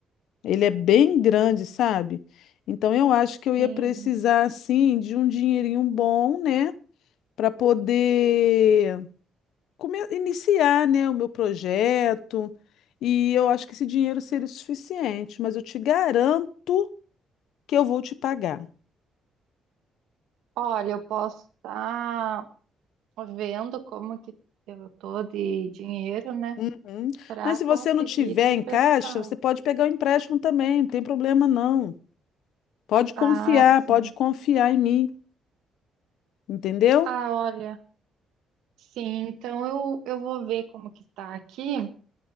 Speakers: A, on the left (about 80°); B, on the right (about 85°).
A: Ele é bem grande, sabe? Então, eu acho que eu
B: Sim.
A: ia precisar, assim, de um dinheirinho bom, né, para poder come- iniciar, né, o meu projeto. E eu acho que esse dinheiro seria o suficiente, mas eu te garanto que eu vou te pagar.
B: Olha, eu posso estar vendo como que eu tô de dinheiro, né,
A: Uhum.
B: para
A: Mas se
B: conseguir
A: você não tiver
B: te emprestar.
A: em caixa, você pode pegar o empréstimo também, não tem problema não. Pode confiar,
B: Ah, sim.
A: pode confiar em mim, entendeu?
B: Ah, olha. Sim, então eu, eu vou ver como que está aqui